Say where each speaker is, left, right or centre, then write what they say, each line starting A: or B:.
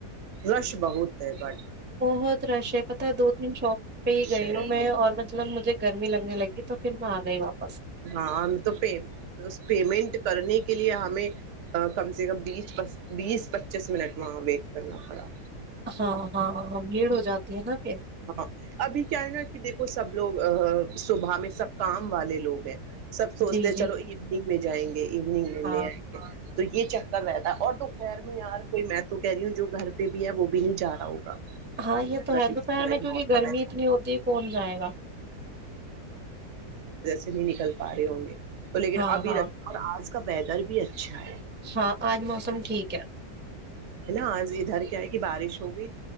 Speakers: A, on the right; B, on the right.
A: رش بہت ہے بڈ
B: بہت رش پت دو تین شاپ پہ ہی گئی
A: ہے
B: ہوں میں اور مطلبجھے گرمی لگنے لگی تو پھر میں آ گئی واپس
A: ہاں تو پیم پیمنٹ کرنے کے لیے ہمیں کم سے کم بیس پ بیس پچیس منٹا ویٹ کرنا پڑا
B: ہاں ہاںاں ہاں بھیڑ ہو جاتی ہے نا پھر
A: ہاں ابھی کیا ہے نا کہ دیکھو سب لوگ صبح میں سب کام والے لوگ ہیں سب سوچتے
B: جی
A: ہیں
B: جی
A: چلو اینگ میں جائیں گے ایوننگ میں لے
B: ہاں
A: تو یہ چکر رہتا ہے اور دوپہر میں یار کوئی میں تو کہہ رہی ہوں جو گھر پہ بھی ہے وہ بھی نہیں جا رہا ہوگا
B: ہاں یہ تو ہے
A: موسم
B: دوپہر میں
A: ایسا
B: کیونکہ گرمی اتنی ہوتی ہے کون جائے گا
A: جینی نکل پارے ہوں گے تو لیکن
B: ہاں
A: ابھی
B: ہاں
A: ر آج اس کا ویدر بھی ہے اچھا
B: ہاں آج موسم ٹھیک ہے
A: ہے نا آج ادھر کیا ہے کہ بارش ہو گئی